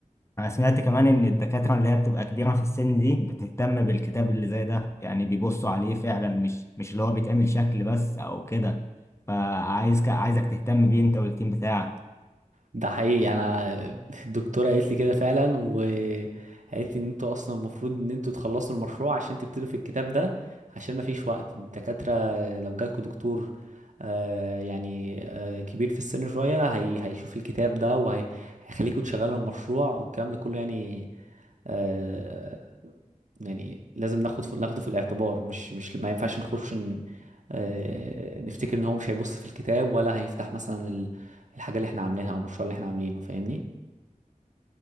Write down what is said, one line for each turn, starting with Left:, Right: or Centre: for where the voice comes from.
Left: أنا سمعت كمان إن الدكاترة اللي هي بتبقى كبيرة في السن دي بتهتم بالكتاب اللي زي ده يعني بيبصوا عليه فعلا مش مش اللي هو بيتعمل شكل بس أو كده فعايز عايزك تهتم بيه أنت والتيم بتاعك
Right: ده حقيقي انا الدكتوره قالت لي كده فعلا وقالت لي ان انتوا اصلا المفروض ان انتوا تخلصوا المشروع عشان تبتدوا في الكتاب ده عشان ما فيش وقت الدكاتره لو جالكوا دكتور آه يعني آه كبير في السن شويه هي هيشوف الكتاب ده وهيخليكوا تشغلوا المشروع والكلام ده كله يعني آه يعني لازم ناخد في ناخده في الاعتبار مش مش ما ينفعش نخش ن... آه، نفتكر ان هو مش هيبص في الكتاب ولا هيفتح مثلا ال- الحاجة اللي احنا عاملينها او المشروع اللي احنا عاملينه فاهمني